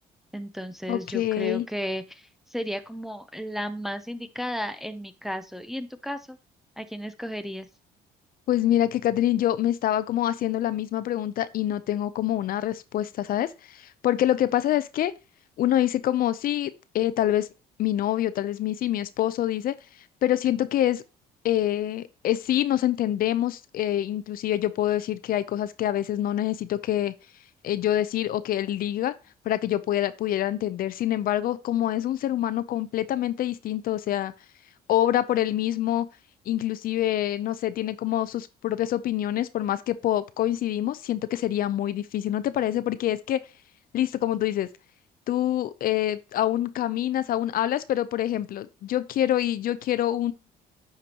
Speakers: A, in the centre; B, on the left.
A: Entonces
B: ok.
A: yo creo que sería como la más indicada en mi caso. Y en tu caso, ¿a quién escogerías?
B: Pues mira que Catherine, yo me estaba como haciendo la misma pregunta y no tengo como una respuesta, ¿sabes? Porque lo que pasa es que uno dice como, sí, eh, tal vez mi novio, tal vez mi, sí, mi esposo dice, pero siento que es, eh, es sí, nos entendemos, eh, inclusive yo puedo decir que hay cosas que a veces no necesito que eh, yo decir o que él diga para que yo pudiera, pudiera entender. Sin embargo, como es un ser humano completamente distinto, o sea obra por él mismo, inclusive, no sé, tiene como sus propias opiniones, por más que po- coincidimos, siento que sería muy difícil, ¿no te parece? Porque es que, listo, como tú dices, tú eh, aún caminas, aún hablas, pero por ejemplo, yo quiero y yo quiero